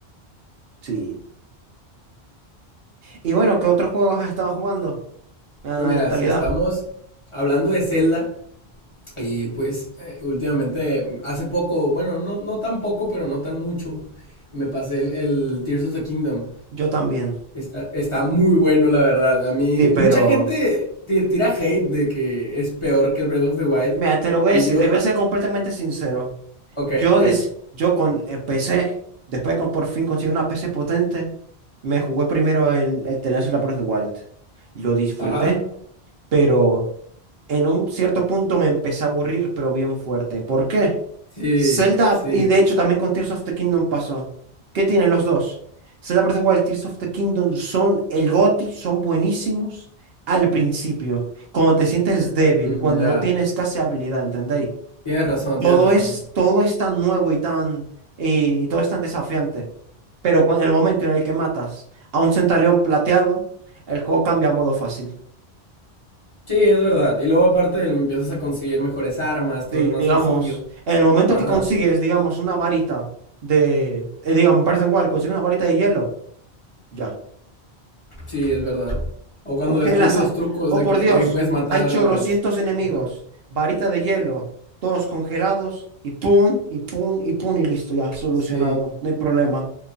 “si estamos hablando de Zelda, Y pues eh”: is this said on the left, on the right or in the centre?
Left